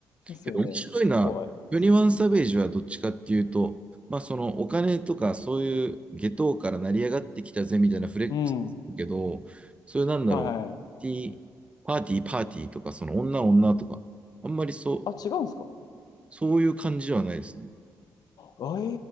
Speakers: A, on the left; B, on the right.
A: ですよね。
B: けど面白いな。
A: とかはありますね。
B: 21サベージはどっちかっていうと、まあそのお金とかそういう下等から成り上がってきたぜみたいなフレックスだけど、
A: うん。は
B: そういうなんだろう、
A: いはい。
B: パーティー、パーティー、パーティーとか、その女女とか、あんまりそう、
A: あ、違うんですか
B: そういう感じはないですね。
A: あえ